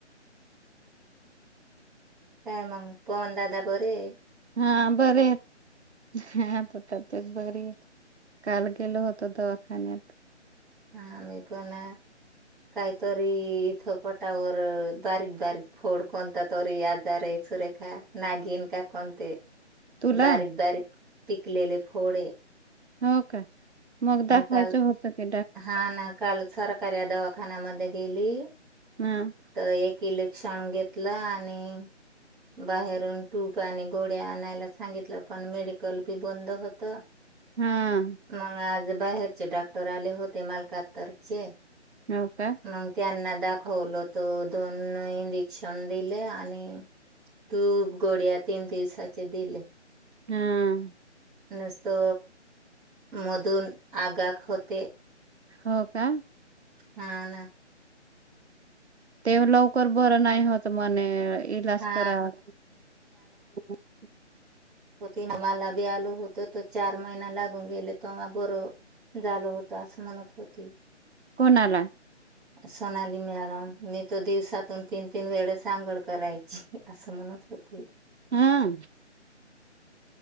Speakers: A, in the centre; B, on the right.
A: काय मगं पवन दादा बरेय?
B: हां बरं येत. हा आता तब्येत बरीय, काल गेलो होतो दवाखान्यात.
A: आम्ही पण. काही तरी इथं पोटावर अ बारीक बारीक फोड कोणता तरी आजारय. सुरेखा नागीन का कोण ते?
B: तुला
A: बारीक बारीक पिकलेले फोडय.
B: हो का मगं दाखवायचं
A: काल
B: होत ते
A: हा ना काल सरकाऱ्या दवाखान्यामध्ये गेली
B: हम्म.
A: तर एक इलेक्शन घेतलं आणि बाहेरून ट्यूप आणि गोळ्या आणायला सांगितलं पण मेडिकल बी बंद होत.
B: हा.
A: मंग आज बाहेरचे डाक्टर आले होते मालकाततरचे.
B: हो का?
A: मंग त्यांना दाखवलं. तो दोन इंदेक्शन दिले आणि टूप गोळ्या तीन दिसाचे दिले.
B: हम्म.
A: नुस्तो मधून आग आग होते.
B: हो का?
A: हां ना.
B: ते व लवकर बरं नाही होत म्हणे ए इलाज
A: हा
B: करावा <unintelligible>
A: हो ते न मला बी आलो होत, त चार महिना लागून गेले तवा बरं झाल होत असं म्हणत होती.
B: कोणाला?
A: सोनाली मॅडम मी तो दिवसातून तीन तीन वेळेस आंघोळ करायची असं म्हणत होती.
B: हां.